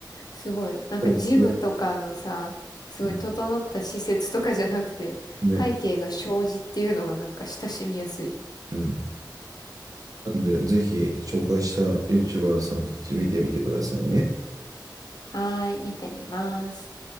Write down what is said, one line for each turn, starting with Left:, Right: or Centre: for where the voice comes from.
Left: すごい。なんかジムとかのさ、
Right: 多分
Left: すごい整った施設とかじゃなくて、
Right: うん、ね。
Left: 背景が障子っていうのがなんか親しみやすい。
Right: うん。なんで、ぜひ紹介した YouTuber さんたち見てみてくださいね。
Left: はーい、見てみます。